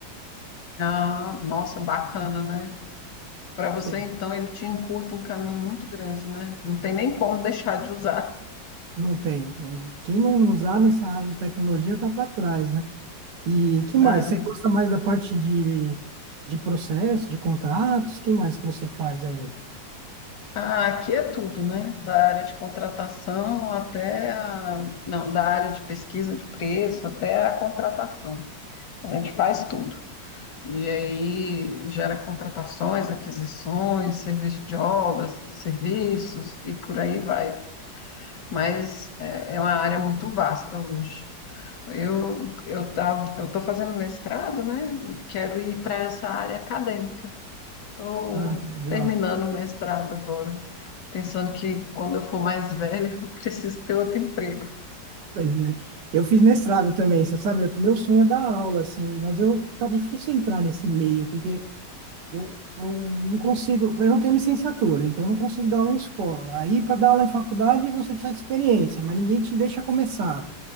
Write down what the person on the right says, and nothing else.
É,
não tem. né? Quem não usar nessa área de tecnologia está para trás, né? E que
mais? Você gosta mais da parte de, de processo, de contratos? Que mais que você faz aí?
Ah, que legal.
Pois é. Eu fiz mestrado também, você sabe, eu- meu sonho é dar aula, assim, mas eu tá difícil entrar nesse meio, porque Eu, eu não consigo, eu não tenho licenciatura, então eu não consigo dar aula em escola. Aí, para dar aula em faculdade, você precisa de experiência, mas ninguém te deixa começar.